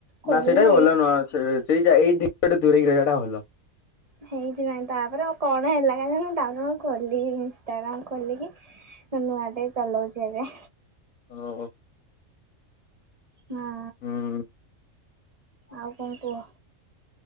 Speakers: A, on the right; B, on the left.
A: ଖୋଲିନି
B: ନା ସେଟା ବି ଭଲ
A: ଏଇ
B: ନୁହଁ, ସେ-ସେଇ ଏଇ ଜିନଷଠୁ ଦୂରେଇକି ରହିବାଟା ଭଲ।
A: ସେଇଥିପାଇଁ ତାପରେ ଆଉ କଣ ହେଲା କେଜାଣି ମୁଁ ଡାଉନଲୋଡ କଲି ଇନଷ୍ଟାଗ୍ରାମ ଖୋଲିକି। ନୂଆ ଟେ ଚଲଉଚି ଏବେ।
B: ଓହୋ।
A: ହଁ।
B: ହୁଁ।
A: ଆଉ କଣ କୁହ?